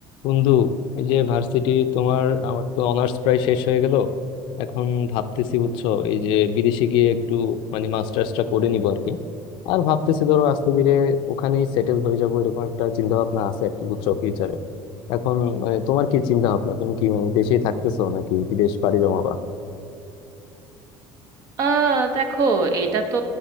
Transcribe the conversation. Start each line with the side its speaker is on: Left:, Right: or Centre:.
Left: বন্ধু এই যে ভার্সিটি তোমার আমার তো অনার্স প্রায় শেষ হয়ে গেল এখন ভাবতেছি বুঝছো এই যে বিদেশে গিয়ে একটু মানে মাস্টার্সটা করে নিবো আর কি আর ভাবতেছি ধরো আস্তে ধীরে ওখানেই সেটেল হয়ে যাবো এরকম একটা চিন্তা ভাবনা আছে আর কি বুঝছো ফিউচারে এখন মানে তোমার কি চিন্তা ভাবনা তুমি কি মানে দেশেই থাকতেছো নাকি বিদেশ পাড়ি জমাবা
Right: আহ দেখো এটা তো